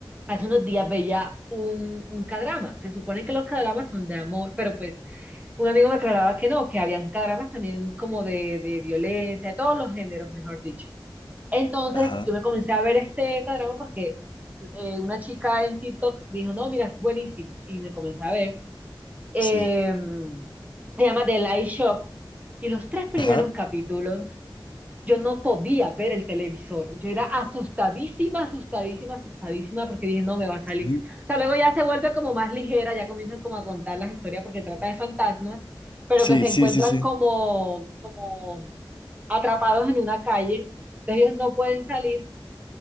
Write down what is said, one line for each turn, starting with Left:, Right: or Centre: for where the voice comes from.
Right: hace unos días veía un, un kdrama Se supone que los kdramas son de amor, pero pues un amigo me aclaraba que no, que habían kdramas también como de, de violencia, de todos los géneros, mejor dicho. Entonces
Left: Ajá,
Right: yo me comencé a ver este kdrama porque eh, una chica en TikTok dijo, no, mira, es buenísimo. Y me comencé a ver eh,
Left: sí.
Right: se llama The Light Shop. Y los tres primeros
Left: Ajá,
Right: capítulos, yo no podía ver el televisor. Yo era asustadísima, asustadísima, asustadísima, porque dije, no me va a salir.
Left: sí,
Right: O sea, luego ya se vuelve como más ligera, ya comienzan como a contar las historias porque trata de fantasmas, pero
Left: sí,
Right: que se
Left: sí,
Right: encuentran
Left: sí, sí.
Right: como, como atrapados en una calle. Entonces ellos no pueden salir